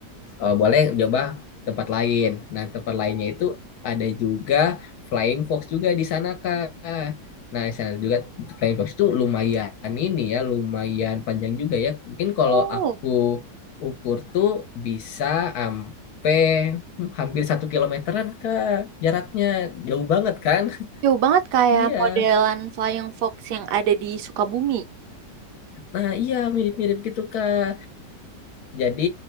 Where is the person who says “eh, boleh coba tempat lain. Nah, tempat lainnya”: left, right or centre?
Left